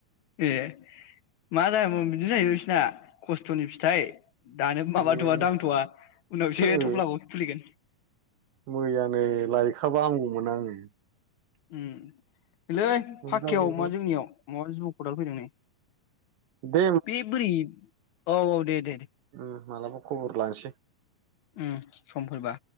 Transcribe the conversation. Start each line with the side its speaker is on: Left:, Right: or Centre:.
Left: ए मा जायामोन बिदि जाहैबाय बिसिना खस्थ'नि फिथाइ दानो माबाथ'वा
Right: मैयानो
Left: दांथ'वा उनावसो
Right: ओ
Left: थफ्लाखौ खुलिगोन
Right: मैयानो लायखाबा हामगौमोन आङो
Left: उम नैलै
Right: मोनजाबावगौमोन
Left: फाक्कायाव मा जोंनियाव माबा जिबौ खदाल फैदों नै
Right: दे
Left: बे बोरै? औ औ दे दे दे
Right: उम मालाबा खबर लानोसै
Left: उम समफोरबा